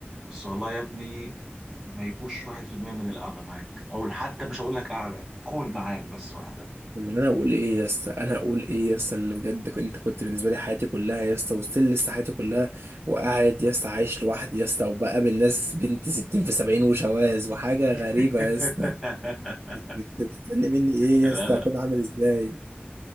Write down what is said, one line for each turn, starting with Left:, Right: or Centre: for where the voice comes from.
Centre: بس والله يا ابني ما يجوش واحد في المية من القعدة معاك أو حتى مش هقول لك قعدة كول معاك بس واحدة
Right: لما انا اقول ايه يا اسطى انا اقول ايه يا اسطى اللي بجد ك- انت كنت بالنسبه لي حياتي كلها يا اسطى وستيل لسه حياتي كلها وقاعد يا اسطى عايش لوحدي يا اسطى وبقابل ناس بنت 60 في 70 وشواذ وحاجه غريبه
Centre: <laughs>
Right: يا اسطى انت مستني مني ايه
Centre: لا
Right: يا اسطى
Centre: لا
Right: اكون عامل ازاي